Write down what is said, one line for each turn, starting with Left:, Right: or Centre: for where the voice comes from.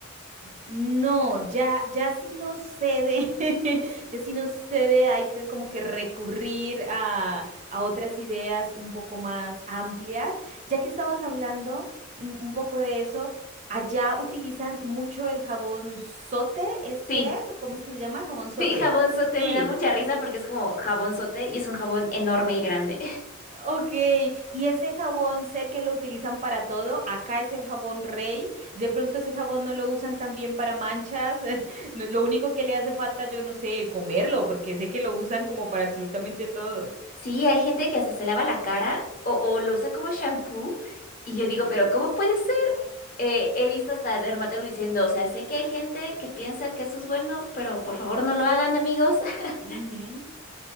Right: No, ya, ya si no cede, <laughs> ya si no cede, hay que como que recurrir a, a otras ideas un poco más amplias. Ya que estabas hablando un, un poco de eso, allá utilizan mucho el jabón sote, ¿es que
Left: Sí,
Right: es? ¿O ¿Cómo es que se llama el jabón sote?
Left: sí, jabonzote,
Right: Sí.
Left: me da mucha risa porque es como jabonzote y es un jabón enorme y grande.
Right: Ok, y ese jabón sé que lo utilizan para todo. Acá es el jabón rey. De pronto ese jabón no lo usan también para manchas. <laughs> No, lo único que le hace falta, yo no sé, comerlo, porque sé que lo usan como para absolutamente todo.
Left: Sí, hay gente que hasta se lava la cara o, o lo usa como shampoo. Y
Right: Ujú,
Left: yo digo, pero ¿cómo puede ser? Eh, he visto hasta dermatólogos diciendo, o sea, sé que hay gente que piensa que eso es bueno, pero por favor no lo hagan, amigos. <laughs>
Right: ujú.